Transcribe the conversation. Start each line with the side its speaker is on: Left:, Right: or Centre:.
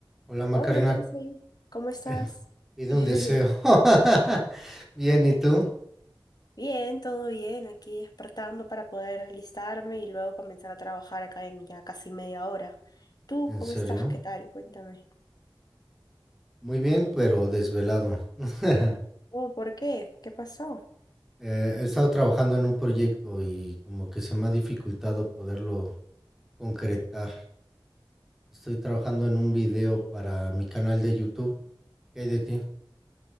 Centre: Hola Macarena,
Left: Hola, Yarsi, ¿cómo estás?
Centre: <laughs> pide
Left: <laughs>
Centre: un deseo. <laughs> Bien, ¿y tú?
Left: Bien, todo bien, aquí despertando para poder alistarme y luego comenzar a trabajar acá en ya casi media hora. ¿Tú
Centre: ¿En
Left: cómo
Centre: serio?
Left: estás? ¿Qué tal? Cuéntame.
Centre: Muy bien, pero desvelado. <laughs>
Left: Oh, ¿por qué? ¿Qué pasó?
Centre: Eh, he estado trabajando en un proyecto y como que se me ha dificultado poderlo concretar. Estoy trabajando en un video para mi canal de YouTube. ¿Qué hay de ti?